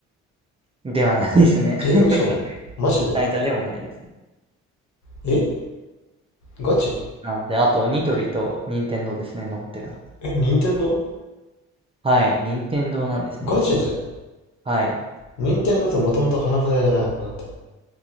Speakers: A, on the right (about 20°); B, on the left (about 65°).
A: ではないですね。
B: え、
A: <laughs>
B: 嘘マジで
A: タニタでもないですね。
B: えガチ
A: なので、あと、ニトリとニンテンドーですね。残ってるな。
B: え、任天堂
A: はい。ニンテンドーなんですね、
B: ガチで
A: 実は。はい。
B: 任天堂ってもともと花札屋じゃないのだって。